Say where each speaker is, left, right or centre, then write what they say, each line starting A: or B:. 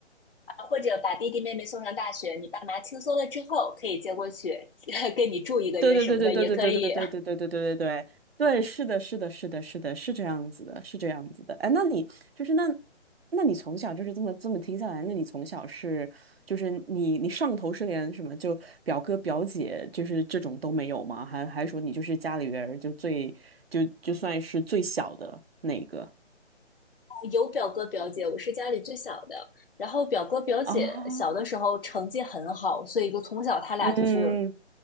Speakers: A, on the left; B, on the right.
A: 啊或者把弟弟妹妹送上大学，你爸妈轻松了之后可以接过去，<laughs> 跟你住一个月什么的也可以。
B: 对对对对对对对对对对对对对对对对，是的，是的，是的，是的，是这样子的，是这样子的。哎，那你就是那，那你从小就是这么这么听下来，那你从小是就是你你上头是连什么就表哥表姐就是这种都没有吗？还还说你就是家里边儿就最就就算是最小的那一个
A: 有表哥表姐，我是家里最小的。然后表哥表姐小的时候成绩很好，
B: 啊？
A: 所以就从小他俩就是
B: 嗯